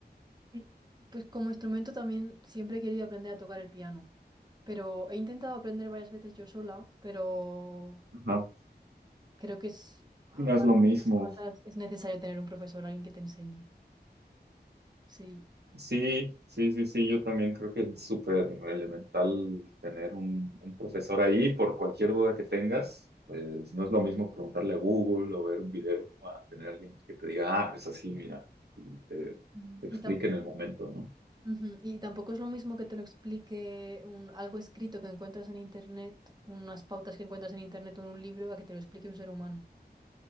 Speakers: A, on the right; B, on the right.
A: Sí. Pues como instrumento también siempre he querido aprender a tocar el piano, pero he intentado aprender varias veces yo sola, pero
B: Ajá.
A: creo que es, ah,
B: Sí, No
A: para
B: es lo mismo.
A: algunas cosas es necesario tener un profesor, alguien que te enseñe. Sí.
B: Sí, sí, sí, sí, yo también creo que es súper elemental tener un, un profesor ahí por cualquier duda que tengas. Pues no es lo mismo preguntarle a Google o ver un video a tener alguien que te diga, ah, pues así, mira, y te,
A: Mm.
B: te
A: Y
B: explique
A: tam-
B: en el momento, ¿no?
A: Ujú, Y tampoco es lo mismo que te lo explique un, algo escrito que encuentras en internet, unas pautas que encuentras en internet o en un libro, a que te lo explique un ser humano.